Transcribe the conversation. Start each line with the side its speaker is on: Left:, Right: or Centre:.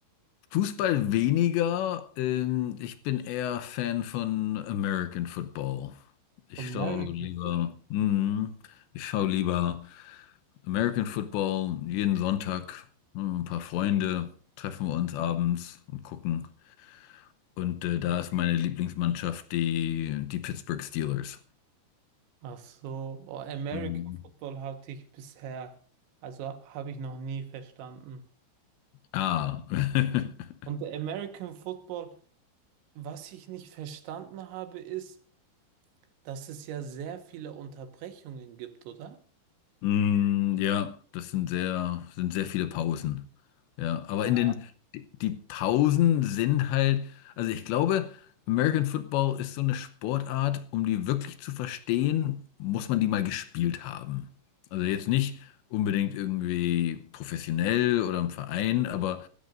Left: Fußball weniger. Ähm, ich bin eher Fan von American Football. Ich
Right: American
Left: schaue lieber.
Right: Football.
Left: Mhm. Ich schaue lieber. American Football, jeden Sonntag, hm, ein paar Freunde, treffen wir uns abends und gucken. Und äh, da ist meine Lieblingsmannschaft die, die Pittsburgh Steelers.
Right: Ach so, oh, American
Left: Hm.
Right: Football hatte ich bisher, also habe ich noch nie verstanden.
Left: Ah. <laughs>
Right: Und der American Football, was ich nicht verstanden habe, ist, dass es ja sehr viele Unterbrechungen gibt, oder?
Left: Mm, ja, das sind sehr, sind sehr viele Pausen. Ja, aber
Right: Ja.
Left: in den, die die Pausen sind halt, also ich glaube, American Football ist so eine Sportart, um die wirklich zu verstehen, muss man die mal gespielt haben. Also jetzt nicht unbedingt irgendwie professionell oder im Verein, aber